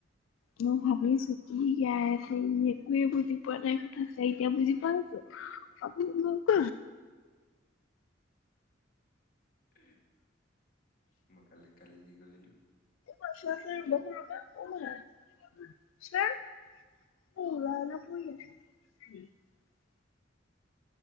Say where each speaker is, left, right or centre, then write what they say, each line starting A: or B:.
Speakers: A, on the left; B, on the left.
A: মই ভাবিছো কি গাই আছে ই একোৱে বুজি পোৱা নাই কথাছে এতিয়া বুজি পাই আছো আপু ক
B: <unintelligible> মই কালি কালি কি কয়ছিলো?
A: <unintelligible>